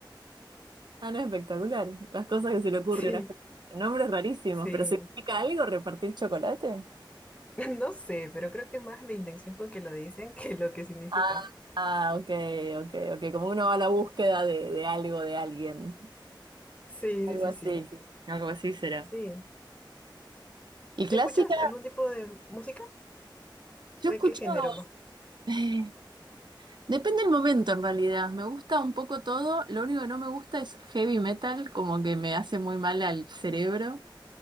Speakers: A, on the right (about 60°); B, on the left (about 15°).
A: Ah, no, espectacular. Las cosas que se le ocurren
B: Sí,
A: a la gente. Nombres rarísimos,
B: sí.
A: pero ¿significa algo repartir chocolate?
B: <laughs> No sé, pero creo que más la intención con que lo dicen que lo que significa.
A: Ah, ah, ok, ok, ok. Como uno va a la búsqueda de, de algo, de alguien.
B: Sí,
A: Algo
B: sí, sí,
A: así.
B: sí.
A: Algo así será.
B: Sí.
A: Y clásica,
B: ¿Te escuchas algún tipo de música?
A: yo
B: ¿De
A: escucho.
B: qué género más?
A: <laughs> eh, depende del momento en realidad. Me gusta un poco todo. Lo único que no me gusta es heavy metal, como que me hace muy mal al cerebro.